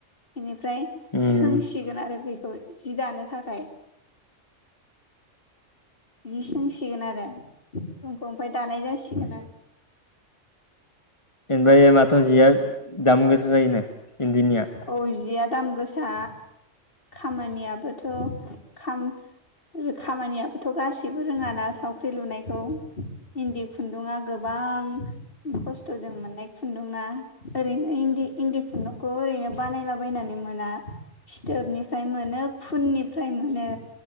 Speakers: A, on the left; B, on the left.
A: बेनिफ्राय
B: ओमफ्राय
A: सोंसिगोन आरो बेखौ जि दानो थाखाय जि सोंसिगोन आरो जुमखौ ओमफ्राय दानाय जासिगोन आरो।
B: ओफ्राय माथ' जिया दाम गोसा जायोनो इन्दिनिया?
A: औ जिया दाम गोसा खामानियाबो थ खाम खामानियाबोथ' गासैबो <unintelligible> रोङाना थावख्रि लुनायखौ इन्दि खुन्दुङा गोबां खस्थ'जों मोननाय खुन्दुंना ओरैनो इन्दि इन्दि खुन्दुंखौ खौ ओरैनो बानायलाबायनानै मोना फिथोबनिफ्राय मोनो खुननिफ्राय मोनो